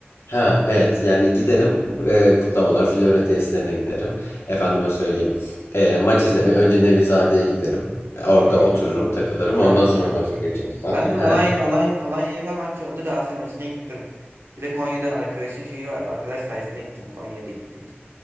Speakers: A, on the left; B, on the right.
A: Ha evet yani giderim Ee, kutlamalar Florya tesislerine giderim. Efendime söyleyeyim ee, maç izlemeye önce Nevizade'ye giderim. Orada
B: Hmm,
A: otururum takılırım
B: Güzelmiş.
A: ondan sonra
B: Sen,
A: maça
B: sen
A: geçerim
B: iyi misin?
A: falan.
B: Ben de böyle
A: <laughs>
B: Alanya'da Alanya'da, Alanya'da maç oldu Galatasaray maçına gittim. Bir de Konya'da arkadaşın şeyi var. Arkadaş sayesinde gittim. Konya'ya da gittik.